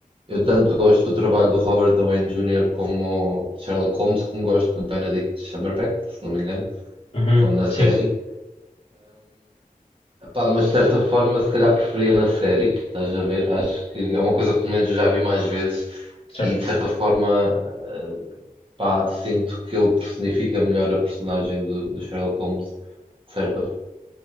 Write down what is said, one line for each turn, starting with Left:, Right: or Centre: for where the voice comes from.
Right: eu tanto gosto do trabalho do Robert Downey Jr. como Sherlock Holmes, como gosto do Benedict Cumberbatch, se não me engano,
Left: Uhum.
Right: com, na série.
Left: Sim,
Right: Pá, mas de certa forma, se calhar preferia na série, estás a ver? Acho que é uma coisa que pelo menos eu já vi mais vezes
Left: certo.
Right: e de certa forma, eh, pá, sinto que ele personifica melhor a personagem do, do Sherlock Holmes, de certa